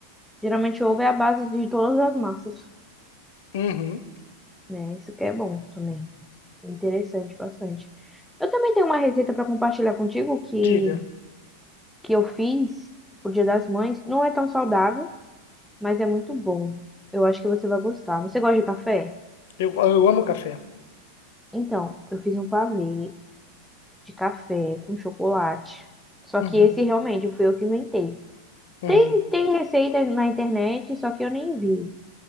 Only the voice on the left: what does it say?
Uhum.
Diga.
Eu, eu amo café.
Uhum.
Uhum.